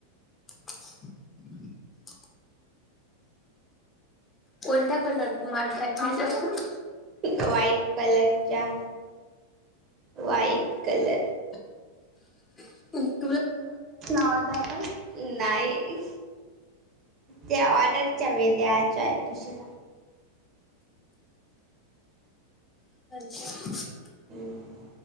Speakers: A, on the left; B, on the right.
A: चर <inaudible> कोणत्या कोणत होत मार <inaudible>
B: व्हाईट कलर च्या व्हाईट कलर,
A: अ ह,
B: नवाद वेलकम. नाही ते ऑर्डरच्या मिळते आजचा आहे तो शिरा.
A: अच्छा!
B: हम्म,